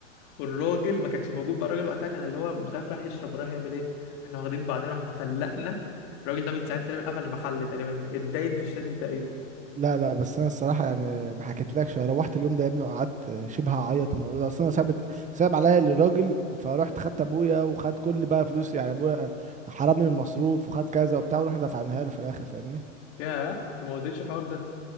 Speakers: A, on the left; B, on the right.
A: والراجل ما كانش موجود بقى الراجل وقتها كان اللي هو مش عارف راح يشرب وراح يعمل ايه احنا واخدين بعضنا واحنا فلقنا الراجل ده من ساعتها تقريبا قفل المحل تقريبا اتداين في الشاشة تقريبا
B: لا لا بس انا الصراحه يعني ما حكيتلكش أنا روحت اليوم ده يا ابني وقعدت شبه اعيط من الموضوع ده اصل انا صعبت صعب عليا الراجل فروحت خدت ابويا وخد كل بقى فلوسي يعني ابويا حرمني من المصروف وخد كذا وبتاع ورحنا دفعناها له في الاخر فاهمني
A: ياه انت ما قلتليش الحوار ده